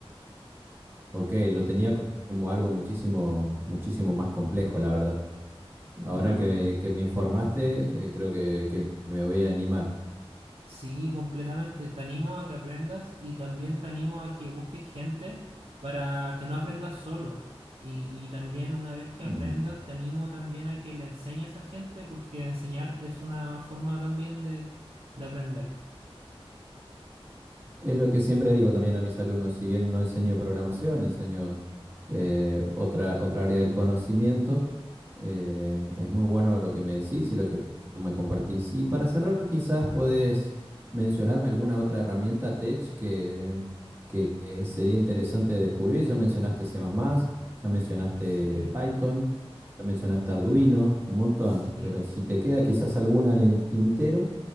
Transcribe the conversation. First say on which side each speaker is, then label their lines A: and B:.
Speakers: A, on the right (about 25°); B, on the right (about 80°).
A: Ok, lo tenía como algo muchísimo, muchísimo más complejo, la verdad. Ahora
B: No,
A: que, que me informaste, eh, creo que, que me voy a animar.
B: Sí, completamente. Te animo a que aprendas y también te animo a que busques gente para que no aprendas solo. Y, y también una vez que aprendas,
A: Ujú.
B: te animo también a que le enseñes a gente porque enseñar es una forma también de, de aprender.
A: Es lo que siempre digo también a mis alumnos, si bien no enseño programación, enseño eh, otra, otra área del conocimiento, eh, es muy bueno lo que me decís y lo que me compartís. Y para cerrar, quizás podés mencionarme alguna otra herramienta tech que, que, que sería interesante descubrir. Ya mencionaste C++, ya mencionaste
B: Sí,
A: Python, ya mencionaste Arduino, un montón,
B: sí.
A: pero si te queda quizás alguna en el tintero.